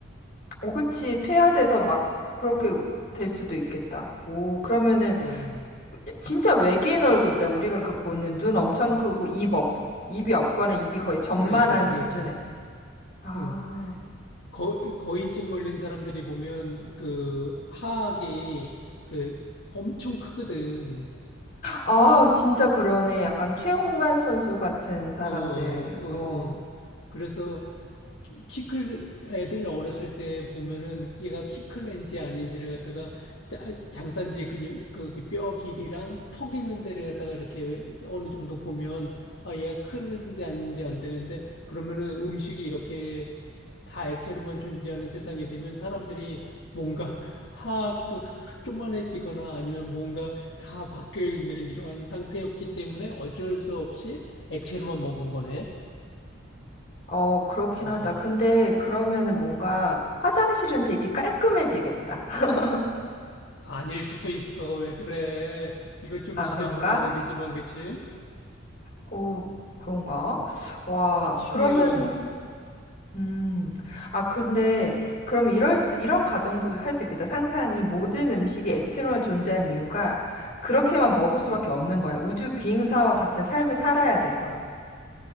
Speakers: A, on the left; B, on the left.
A: 어, 그치. 퇴화돼서 막 그렇게 될 수도 있겠다. 오, 그러면은
B: 어,
A: 진짜 외계인 얼굴이다. 우리가 그 보는 눈 엄청 크고, 입 없, 입이 없거나 입이 거의 전만한
B: 그러니까, 그러니까.
A: 수준의. 아,
B: 어. 거, 거인증 걸린 사람들이 보면 그 하악이 그 엄청 크거든.
A: 아, 진짜 그러네. 약간 최홍만 선수 같은 사람들.
B: 어, 어,
A: 어,
B: 어. 그래서 키, 키클 애들 어렸을 때 보면은 얘가 키클인지 아닌지를 갖다가 짜- 장단지 근육 거기 뼈 길이랑 턱 있는 데를 갖다가 이렇게 왜- 어느 정도 보면 아 얘가 클인지 아닌지 안 되는데 그러면은 음식이 이렇게 다 액체로만 존재하는 세상이 되면 사람들이 뭔가 하악도 다 쪼만해지거나 아니면 뭔가 다 바뀌어 있는 이러한 상태였기 때문에 어쩔 수 없이 액체로만 먹은 거네.
A: 어, 그렇긴
B: 아.
A: 하다. 근데 그러면은 뭔가 화장실은 되게 깔끔해지겠다. <laughs>
B: 아닐 수도 있어. 왜 그래? 이거 좀
A: 아,
B: 지저분한
A: 그런가?
B: 얘기지만, 그치?
A: 오, 그런가? 와,
B: 다 튀면,
A: 그러면은, 음, 아, 근데 그럼 이럴 수, 이런 가정도 할 수 있겠다. 상상이 모든 음식이 액체로만 존재한 이유가 그렇게만 먹을 수밖에 없는 거야. 우주 비행사와 같은 삶을 살아야 돼서.